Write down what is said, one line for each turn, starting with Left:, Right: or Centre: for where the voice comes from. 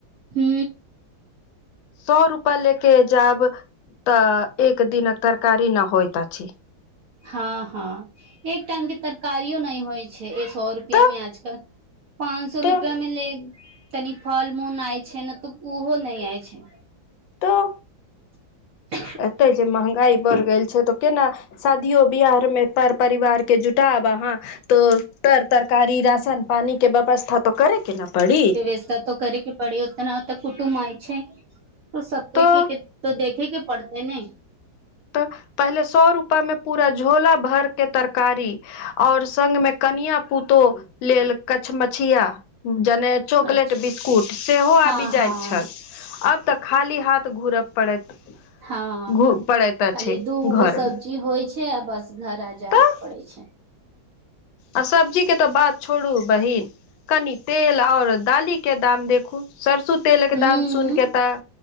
Right: हू
Left: सए रुपे ले के जायब तऽ एक दिन तरकारी न होइ त अछि
Right: हँ हँ एक टाइम के तरकारियो नहि होइ छै सए रुपया
Left: तऽ
Right: में आज काल्हि पाँच सए
Left: तऽ
Right: रुपआ मे ले तनी फल मूनाए छै ने तऽ उहो नहि आइ छै
Left: तऽ
Right: <inaudible>
Left: एते जे महंगाई बढ़ गेल छै तऽ केना शादियो बियाह मे पर परिवार के जु टाब अहाँ तो तर तरकारी राशन पानी के व्यवस्था तऽ करे के नऽ पड़ी
Right: त तऽ करैके पड़ी ओतना तऽ कुटुमय छैय तऽ सब
Left: तऽ
Right: कोइ के देखेके पड़तेैय नैय
Left: तऽ पहिले सए रुपा मे पूरा झोला भर के तरकारी और संग मे कनिया पुतोह लेल कछमछिया जने चॉकलेट
Right: अच्छा
Left: बिस्कुट सेहो
Right: हँ
Left: आबि
Right: हँ
Left: जाइत छ आब तऽ खाली हाथ घूरब पड़ैत
Right: हँ
Left: घू पड़ैत अछि
Right: खाली दूगो
Left: घर
Right: सब्जी
Left: मे
Right: होइ छै छै आबस घर आ जाके
Left: तऽ
Right: पड़े के छै
Left: आ सब्जी के तऽ बात छोड़ू बहिन कनि तेल आऔर दालीक के दाम देखू सरसो तेलक
Right: हूँ
Left: दाम सुन केे तऽ